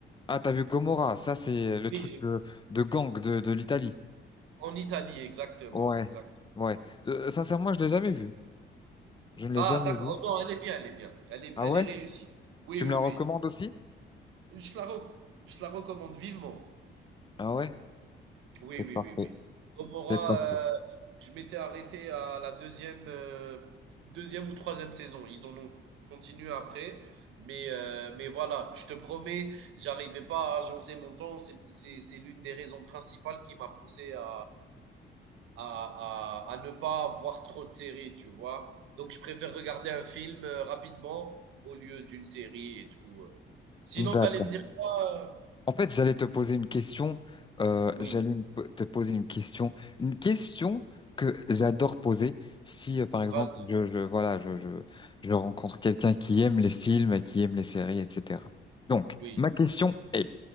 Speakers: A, on the left; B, on the right.
A: Ah, t'as vu Gomorra. Ça, c'est le
B: Oui,
A: truc
B: j'ai-
A: de, de gang de, de l'Italie.
B: en Italie, exactement,
A: Ouais,
B: exactement.
A: ouais. Euh, euh, sincèrement, je l'ai jamais vu. Je ne l'ai
B: Ah,
A: jamais
B: d'accord.
A: vu.
B: Oh, Non, elle est bien, elle est bien. Elle est,
A: Ah
B: elle
A: ouais?
B: est réussie. Oui,
A: Tu
B: oui,
A: me la recommandes aussi?
B: oui. Je la, re- je la recommande vivement.
A: Ah ouais?
B: Oui,
A: T'es
B: oui,
A: parfait.
B: oui, oui. Gomorrah,
A: T'es parfait.
B: euh, je m'étais arrêté à la deuxième, euh, deuxième ou troisième saison. Ils en ont continué après. Mais, euh, mais voilà, je te promets, j'arrivais pas à agencer mon temps. C'est, c'est, c'est l'une des raisons principales qui m'a poussé à, à, à, à ne pas voir trop de séries, tu vois. Donc, je préfère regarder un film euh, rapidement au lieu d'une série et tout. euh. Sinon,
A: D'accord.
B: tu allais me dire quoi? euh
A: En fait, j'allais te poser une question. euh,
B: Oui,
A: j'allais me po- te poser une question, une question que j'adore poser. Si, euh, par exemple,
B: vas-y,
A: je, je voilà, je, je, je rencontre quelqu'un qui aime les films et qui aime les séries, etc. Donc,
B: oui,
A: ma question est,